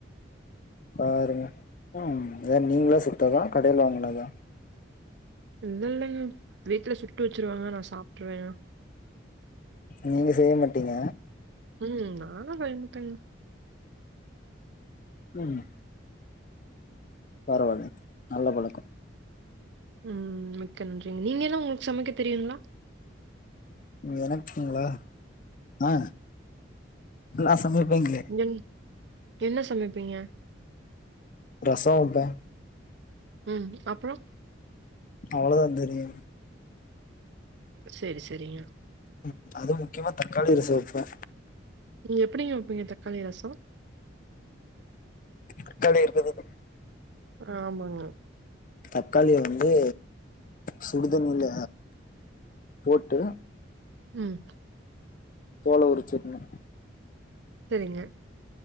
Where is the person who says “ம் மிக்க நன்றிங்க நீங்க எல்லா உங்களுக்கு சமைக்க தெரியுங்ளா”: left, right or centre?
Right